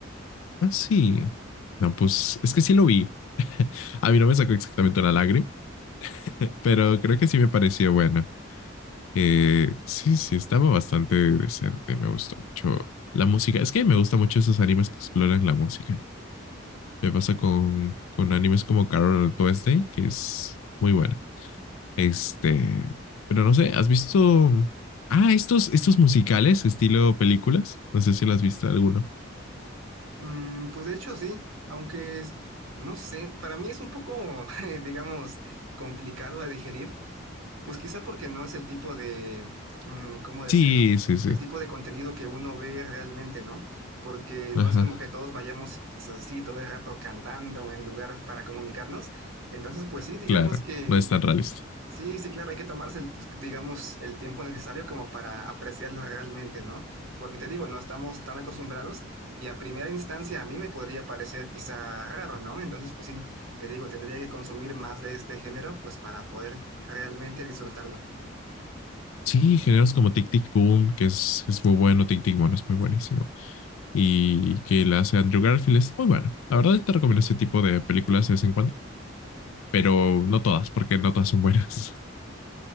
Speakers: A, on the left; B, on the right.
A: Ah, sí. No, pues es que sí lo vi. <laughs> A mí no me sacó exactamente una lágrima, <laughs> pero creo que sí me pareció bueno. Eh, sí, sí, estaba bastante decente, me gustó mucho la música. Es que me gusta mucho esos animes que exploran la música. Me pasa con, con animes como Carol on Tuesday, que es muy buena. Este, pero no sé, ¿has visto? Ah, estos, estos musicales, estilo películas. No sé si lo has visto alguno.
B: Mm, pues de hecho sí, aunque es- no sé, para mí es un poco, <laughs> eh, digamos, complicado de digerir, pues quizá porque no es el tipo de, mm, ¿cómo decirlo?
A: Sí, sí, sí.
B: El tipo de contenido que uno ve realmente, ¿no? Porque no
A: Ajá,
B: es como que todos vayamos pues, así todo el rato cantando en lugar para comunicarnos. Entonces, pues sí, digamos
A: claro.
B: que
A: No es tan realista.
B: Sí, sí, claro, hay que tomarse, el, digamos, el tiempo necesario como para apreciarlo realmente, ¿no? Porque te digo, no estamos tan acostumbrados y a primera instancia a mí me podría parecer quizá raro, ¿no? Entonces, pues sí, te digo, tendría que consumir más de este género, pues para poder realmente disfrutarlo.
A: Sí, géneros como Tic Tic Boom, que es, es muy bueno, Tic Tic Boom es muy buenísimo. Y que la hace Andrew Garfield es muy bueno. La verdad te recomiendo ese tipo de películas de vez en cuando. pero no todas, porque no todas son buenas. <laughs>